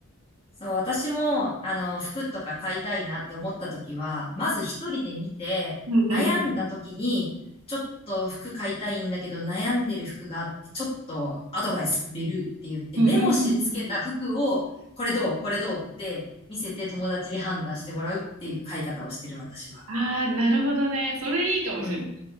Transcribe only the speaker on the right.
うんうんうん。
うんうんうんうんうん。
ああ、なるほどね。それいいかもしれない。